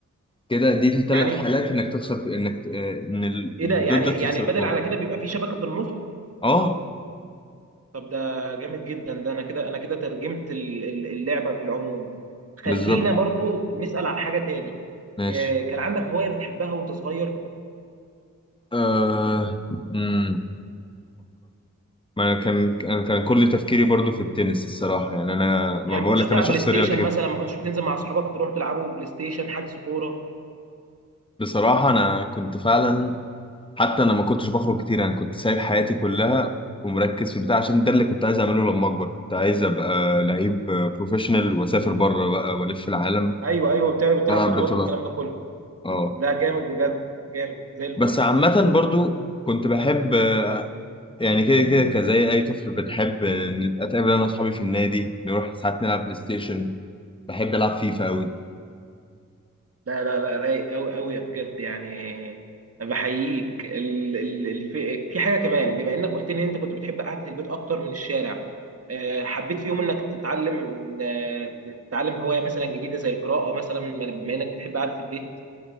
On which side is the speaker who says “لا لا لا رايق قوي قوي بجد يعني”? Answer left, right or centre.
Right